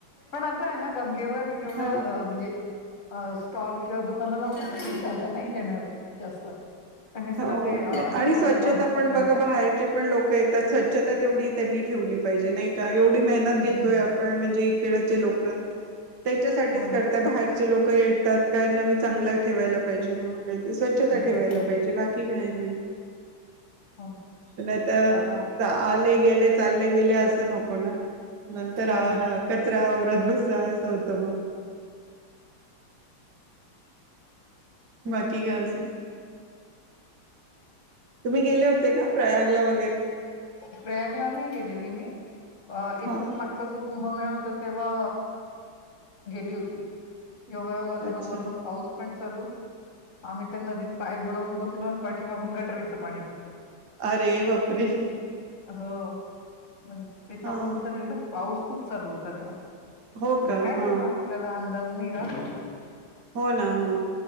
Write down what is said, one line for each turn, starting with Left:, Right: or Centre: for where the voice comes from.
Left: पण आता आहे ना गंगेवर एवढं
Right: हा
Left: म्हणजे अ स्टॉल किंवा दुकानं लावण्यासाठी जागा नाही देणार आहे जास्त त्यांनी सगळं
Right: हो
Left: ते अ, अतिक्रमण
Right: आणि स्वच्छता
Left: पाडून
Right: पण
Left: टाकलंय
Right: बघ
Left: ना.
Right: बाहेरचे पण लोक येतात स्वच्छता तेवढी त्यांनी ठेवली पाहिजे नाही का. एवढी मेहनत घेतोय
Left: हं.
Right: आपण म्हणजे कडेचे लोक त्यांच्यासाठीच
Left: हो ना.
Right: करताय बाहेर लोक येतात काय नवीन चांगलं ठेवायला पाहिजे म्हणून. स्वच्छता
Left: हं,
Right: ठेवायला
Left: हं.
Right: पाहिजे. की काय नाही
Left: हो ना.
Right: नाही तर
Left: आता
Right: आले गेले चालले गेले असं न- होणा नंतर अ
Left: हो ना.
Right: न कचरा तरीच असं होत म्
Left: तेच
Right: बाकी
Left: तर.
Right: ग अजून तुम्ही गेले होते का प्रयागला व
Left: प्रयागला नाही गेलेली मी इथून
Right: हा
Left: मागचा जो कुंभमेळा होता तेव्हा गेली होती योगायोग असा
Right: अच्छा
Left: का वरतून पाऊस पण चालू आम्ही त्या नदीत पाय बुडवून बसलो लोण पाठी मागून गटरीचं पाणी पण
Right: अरे वापरे
Left: हो मग ते चॉकअप
Right: हा
Left: झालेलं पाऊस खूप चालू होता तेव्हा
Right: हो
Left: पण
Right: का
Left: काय
Right: हा
Left: तेव्हा आपल्याला अं दाज नाही राहत
Right: हो ना हो